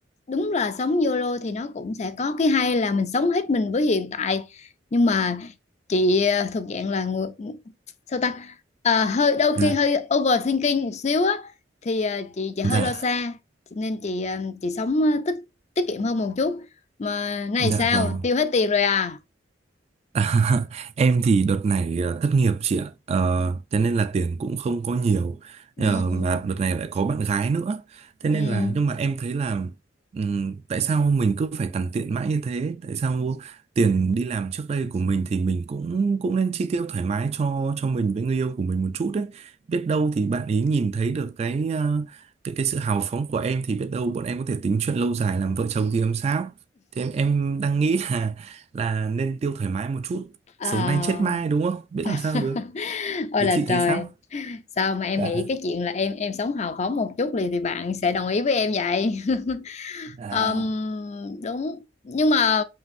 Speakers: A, on the left; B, on the right.
A: đúng là sống YOLO thì nó cũng sẽ có cái hay là mình sống hết mình với hiện tại. Nhưng mà chị ờ, thuộc dạng là người sao ta À, hơi đôi
B: dạ
A: khi hơi overthinking một xíu á thì ờ, chị chị hơi
B: dạ
A: lo xa nên chị ờ, chị sống ờ, tích tiết kiệm hơn một chút mà này
B: dạ
A: sao
B: vâng
A: tiêu hết tiền rồi à
B: À, <laughs> em thì đợt này ờ, thất nghiệp chị ạ Ờ, cho nên là tiền cũng không có nhiều
A: ừ
B: Ờ, mà đợt này lại có bạn gái nữa thế
A: ừ
B: nên là nhưng mà em thấy là ừm, tại sao mình cứ phải tằn tiện mãi như thế tại sao tiền đi làm trước đây của mình thì mình cũng cũng nên chi tiêu thoải mái cho cho mình với người yêu của mình một chút đấy biết đâu thì bạn ấy nhìn thấy được cái ờ, cái cái sự hào phóng của em thì biết đâu bọn em có thể tính chuyện lâu dài làm vợ chồng thì làm sao thì em em đang nghĩ là là nên tiêu thoải mái một chút
A: à
B: sống nay chết mai đúng không biết
A: <laughs>
B: làm sao được
A: ôi
B: thế
A: là
B: chị thấy
A: trời
B: sao
A: sao mà em
B: Dạ.
A: nghĩ cái chuyện là em em sống hào phóng một chút thì thì bạn sẽ đồng ý với em vậy <laughs>
B: À,
A: Ờm, đúng nhưng mà